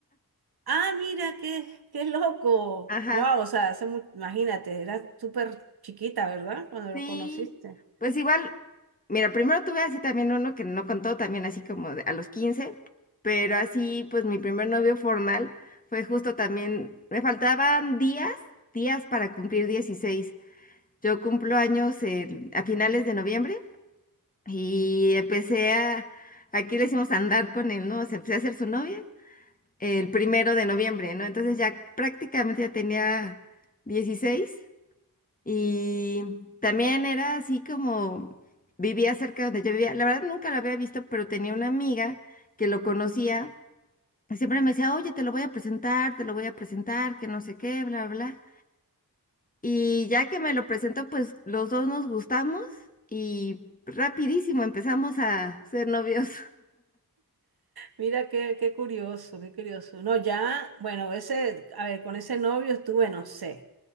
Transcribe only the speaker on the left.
<laughs> Ajá,
sí.
Pues igual, mira, primero tuve así también uno que no contó, también así como de- a los quince pero así pues mi primer novio formal fue justo también, me faltaban días, días para cumplir dieciséis Yo cumplo años en- a finales de noviembre y empecé a, aquí le decimos andar con él, ¿no? O sea, empecé a ser su novia el primero de noviembre, ¿no? Entonces ya prácticamente ya tenía dieciséis Y también era así como vivía cerca donde yo vivía. La verdad nunca lo había visto, pero tenía una amiga que lo conocía y siempre me decía, oye, te lo voy a presentar, te lo voy a presentar, que no sé qué, bla, bla. bla". Y ya que me lo presentó, pues los dos nos gustamos y rapidísimo empezamos a ser novios.